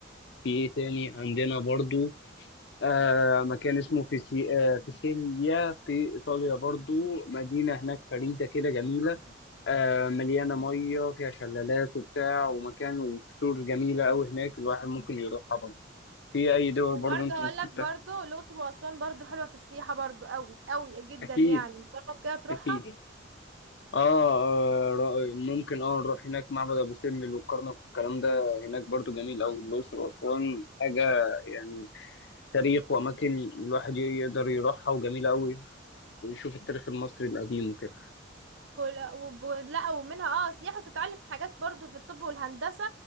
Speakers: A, on the left; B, on the right.
A: في إيه تاني عندنا برضو آه مكان اسمه فيسي... آه فيسيليا في إيطاليا برضو مدينة هناك فريدة كده جميلة آه مليانة مية فيها شلالات وبتاع ومكان وكسور جميلة قوي هناك الواحد ممكن يروحها برضو في أي دول
B: وبرضه
A: برضو أنت
B: هقول
A: ممكن
B: لك برضه
A: تروح؟
B: الأقصر وأسوان برضه حلوة في السياحة برضه قوي قوي جدا
A: أكيد
B: يعني جرب كده تروحها
A: أكيد اه آه، رأي- ممكن اه نروح هناك معبد ابو سمبل والكرنك والكلام ده هناك برضو جميل او الاقصر واسوان حاجه يعني تاريخ واماكن الواحد يقدر يروحها وجميله قوي ويشوف التاريخ المصري القديم وكده
B: كل وب- لا ومنها اه سياحة وتتعلم حاجات برضه في الطب والهندسة